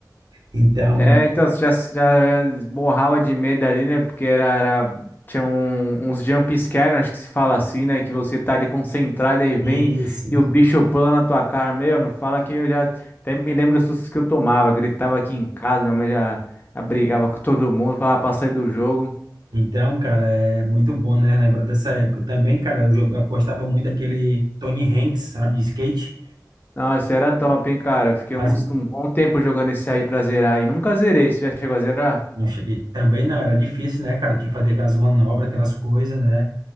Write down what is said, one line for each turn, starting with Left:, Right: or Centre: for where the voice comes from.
Right: Então,
Left: É, então, você já, já, já morrava de medo ali, né? Porque era, era- tinha um- uns jump scare, acho que se fala assim, né? Que você tá ali concentrado, aí vem
Right: isso.
Left: e o bicho pula na tua cara, meu, não fala que eu já até me lembro os sustos que eu tomava, gritava aqui em casa, minha mãe já, já brigava com todo mundo, falava pra sair do jogo.
Right: Então, cara, é muito bom, né? Lembrar dessa época. Também, cara, eu joga- gostava muito daquele Tony Hanks, sabe, de skate.
Left: Nossa, era top, hein, cara. Eu fiquei
Right: As-
Left: um, um bom tempo jogando esse aí pra zerar e nunca zerei. Você já chegou a zerar?
Right: não cheguei- Também não, era difícil, né, cara? Tinha que fazer aquelas manobras, aquelas coisas, né?